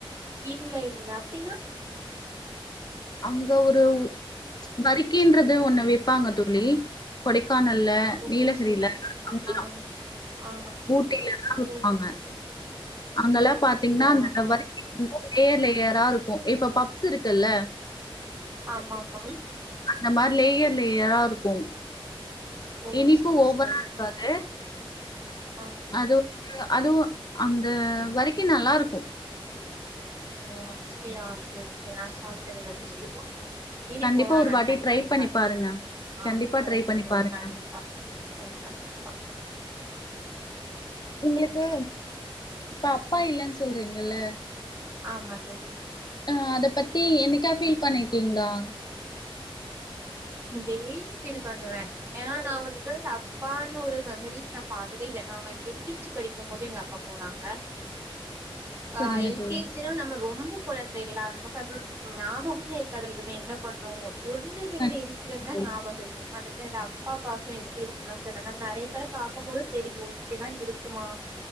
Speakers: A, on the right; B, on the left.
A: இல்ல இல்ல அப்டின்னா
B: அங்க ஒரு வரிக்கன்றது ஒன்னு விப்பாங்க தோலி கொடை க்கானல்ல
A: ஓ
B: நீலகிரில
A: செரி செரி
B: அங்கல்லாம்
A: ஆ ஆ
B: ஊட்டில தான் விப்பாங்க
A: ஓ செரி
B: அங்கெல்லாம்
A: அப்டியா
B: பாத்தீங்கன்னா அந்த
A: ஆ
B: வரிகி இருந்து லேயர் லேயர் ரா இருக்கும் இப்ப பப்ஸ் இருக்குல்ல
A: ஆமாம்மா
B: அந்த மாரி லேயர் லேயரா இருக்கும்
A: ஓ
B: இனிப்பு
A: செரி
B: ஒவ்வற
A: செரி
B: இருக்காது
A: ஆ
B: அது <unintelligible> அதுவும் அந்த வரிக்கி நல்லா இருக்கு
A: ஓ அப்டியா செரி செரி நான் சாப்பிட்டதில்ல <unintelligible> இனி
B: கண்டிப்பா
A: போன
B: ஒரு
A: நா
B: வாட்டி
A: டிரைப்
B: ட்ரை
A: பண்ணி பாக்க
B: பாருங்க
A: ஆஹ்
B: கண்டிப்பா ட்ரை
A: ஓகே
B: பண்ணி
A: தோழி
B: பாருங்க
A: கண்டிப்பா கண்டிப்பா கண்டிப்பா
B: உங்குளுக்கு இப்ப அப்பா இல்லன் சொல்றீங்குல்ல
A: ஆமா தோழி
B: அஹ் அத பத்தி என்னீக்கா ஃபீல் பண்ணிருக்கீங்களா
A: டெய்லி ஃபீல் பண்ணுவே ஏன்னா நா வந்து அப்பான்னு ஒரு மெமரிஸ் நா பாத்ததே இல்ல நானங்க எல்கேஜி படிக்கும் போது எங்க அப்பா போனாங்க
B: சரிங்க
A: ஆஹ் எல்கேஜினா
B: தோழி
A: நம்ம ரொம்போ குழந்தைல்லா நமக்கு அது ஞாபகமே இருக்காதுலிங்குமே என்ன பண்ணோ ஒண்டு ரெண்டு
B: கண்டிப்பா
A: இன்சிடென்ட் தா
B: தோழி
A: ஞாபகம் இருக் அது எப்டி அந்த அப்பா பாசம் எப்டி இருக்குது தெரியல நம்ம நெறைய பேர பாக்கும்போது தெரியு இப்டிதா இருக்குமா